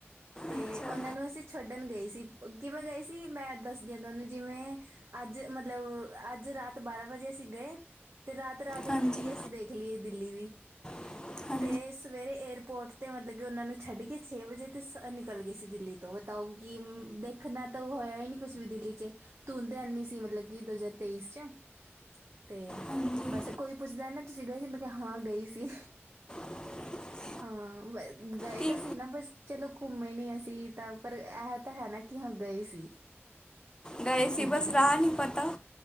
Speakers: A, on the right; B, on the left.
A: ਤੇ
B: ਅੱਛਾ
A: ਉਨਾਂ ਨੂੰ ਅਸੀਂ ਛੱਡਣ ਗਏ ਸੀ ਕਿਵੇਂ ਗਏ ਸੀ ਮੈਂ ਦੱਸਦੀ ਆਂ ਤੁਆਨੂੰ ਜਿਵੇਂ ਅੱਜ ਮਤਲਬ ਅੱਜ ਰਾਤ ਬਾਰਾਂ ਵਜੇ ਅਸੀਂ ਗਏ ਤੇ ਰਾਤ ਰਾਤ
B: ਹਾਂਜੀ
A: ਨੂੰ ਕੀ ਏ ਅਸੀਂ ਦੇਖ ਲੀ ਏ ਦਿੱਲੀ ਵੀ
B: <inaudible>
A: ਤੇ ਸਵੇਰੇ ਏਅਰਪੋਰਟ ਤੇ ਮਤਲਬ ਕਿ ਉਹਨਾਂ ਨੂੰ ਛੱਡ ਕੇ ਛੇ ਵਜੇ ਤੇ ਸ ਅ ਨਿਕਲ ਗਏ ਸੀ ਦਿੱਲੀ <unintelligible> ਕਿ ਦੇਖਣਾ ਤਾਂ ਹੋਇਆ ਹੀ ਨੀ ਕੁੱਛ ਵੀ ਦਿੱਲੀ ਚ ਧੁੰਦ ਏਨੀ ਸੀ ਕਿ ਮਤਲਬ ਕਿ ਦੋ ਹਜ਼ਾਰ ਤੇਈਸ ਚ ਤੇ
B: ਹਾਂਜੀ
A: ਬਸ ਕੋਈ ਪੁੱਛਦਾ ਨਾ ਤੁਸੀਂ ਗਏ ਸੀ ਮੈਂ ਕਿਹਾ ਹਾਂ ਗਈ ਸੀ
B: <inaudible>
A: ਹਾਂ ਵੇ ਗਏ
B: ਕੀ
A: ਤੇ ਸੀ ਨਾ ਬਸ ਚਲੋ ਘੁੰਮੇ ਨੀ ਅਸੀਂ ਤਾਂ ਪਰ ਏਹ ਤਾਂ ਹੈ ਨਾ ਕੀ ਹਾਂ ਗਏ ਸੀ
B: ਗਏ ਸੀ
A: ਹਾਂਜੀ
B: ਬਸ ਰਾਹ ਨੀ ਪਤਾ